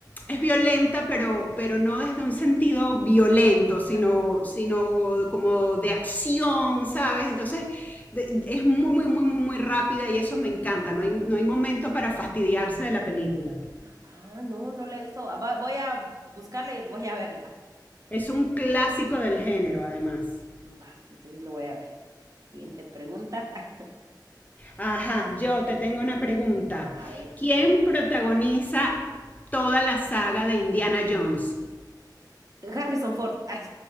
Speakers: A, on the left; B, on the right.
A: es violenta, pero, pero no desde un sentido violento, sino,
B: Ajá.
A: sino como de acción, ¿sabes? Entonces, de- es muy, muy, muy, muy, muy rápida y eso me encanta. No hay, no hay momento para fastidiarse de la película.
B: Ah, no, no la he visto. Ah, va- Voy a buscarla y voy a verla.
A: Es un clásico del género, además.
B: Va, entonces lo voy a ver. Siguiente pregunta. <laughs>
A: Ajá, yo te tengo una pregunta.
B: A ver.
A: ¿Quién protagoniza toda la saga de Indiana Jones?
B: Harrison Ford. <laughs> Ay,